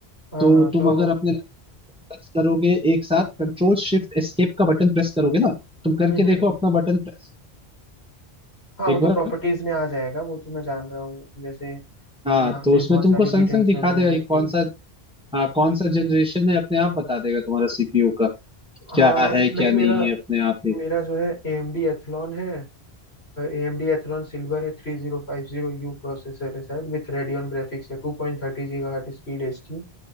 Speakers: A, on the left (about 80°); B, in the centre.
A: हाँ
B: तो
A: हाँ
B: तुम
A: तो
B: अगर अपने प्रेस करोगे एक साथ कंट्रोल शिफ्ट एस्केप का बटन प्रेस करोगे ना तुम करके
A: हम्म हम्म
B: देखो
A: हम्म।
B: अपना बटन प्रेस
A: हाँ
B: एक
A: वो तो
B: बार
A: प्रॉपर्टीज में आ जाएगा वो तो मैं जान रहा हूँ जैसे
B: हाँ
A: यहाँ
B: तो
A: पे
B: उसमें
A: बहुत
B: तुमको
A: सारी
B: संग
A: डिटेल्स
B: संग दिखा
A: वगैरह
B: देगा कि
A: रहती
B: कौन
A: है
B: सा हाँ कौन सा जनरेशन है अपने आप बता देगा तुम्हारा सीपीयू का क्या
A: हाँ
B: है क्या
A: नहीं
B: नहीं
A: मेरा
B: है अपने आप ही
A: मेरा जो है ए एम डी एथलॉन है A M D Athlon silver है three zero five zero U processor है शायद विथ रेडियन ग्राफिक्स है two point thirty gigahertz speed है इसकी